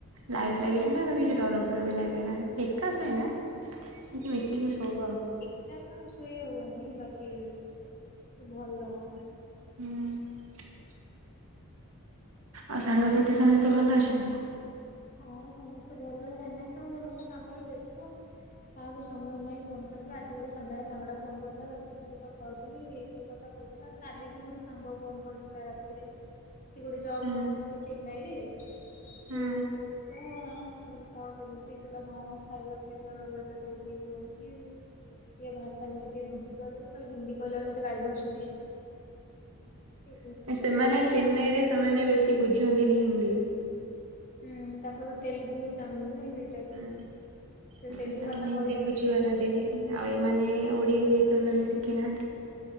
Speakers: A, on the right; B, on the left.
A: ଲାଇଟ୍ ଲାଗେଛି ନା ତ କିଛି ଡର ଫଡ ବି ଲାଗେ ନା ଏକା ଶୁଏ ନା ସେ ଯୋଉ ମିଶିକି ଶୋଇବ।
B: ଏକାତ ଆଉ ଶୋଇହବନି ବାକି ଭଲ।
A: ହୁଁ। ଆଉ ସାଙ୍ଗସାଥି ସମସ୍ତେ ଭଲ ଅଛନ୍ତି?
B: ହଁ ସମସ୍ତେ ଭଲ, ସମସ୍ତଙ୍କ ସମସ୍ତେ କାମରେ ବ୍ୟସ୍ତ। କାହାକୁ ସମୟ ନାହିଁ ଫୋନ୍ କରିବା ଆଜି ଗୋଟେ ସନ୍ଧ୍ୟାବେଳେ ସାଙ୍ଗଟା ଫୋନ୍ କରିଥିଲା ତାକୁ ସେତଳୁ କଥାହଉଥିଲି, ଏଇସବୁ କଥା କହୁ ନା କାଲି ବି ଗୋଟେ ସାଙ୍ଗ ଫୋନ୍ କରିଥିଲା ରାତିରେ। ସେ ଗୋଟେ ଜବ୍
A: ହୁଁ
B: କରୁଛି ନା ଚେନ୍ନାଇରେ ସେ
A: ହୁଁ
B: ଯୋଉ ଲା ମୁ କହିଲି କଣ କେମିତି, କହିଲା ହଁ ଖାଇବା ପିଇବା ରହିବା ତ ବହୁତ ହେଇଯାଉଛି। ଟିକେ ଭାଷା ଭୁଷି ବି ଟିକେ ବୁଝିପାରୁନି କହିଲା ହିନ୍ଦି କହିଲା ବେଳକୁ ମତେ ଗାଳି ଦଉଛନ୍ତି। ଏଇ
A: ସେମାନେ
B: ଭଳିଆ
A: ଚେନ୍ନାଇରେ ସେମାନେ ବେଶୀ ବୁଝନ୍ତିନି ହିନ୍ଦୀ।
B: ହୁଁ ତାଙ୍କର ତେଲ୍ଗୁ, ତାମିଲ୍ ନାଇଁ ସେ
A: ଏମତି
B: ତେଲୁଗୁ
A: ହଁ ସେମାନେ
B: ଭାଷା
A: ହିନ୍ଦୀ
B: କହିବା
A: ବୁଝିପାରନ୍ତିନି।
B: ବି ବହୁତ କଷ୍ଟ।
A: ଆଉ ଏମାନେ ଓଡ଼ିଆ ଯେହେତୁ ଏମାନେ ଶିଖିନାହାନ୍ତି,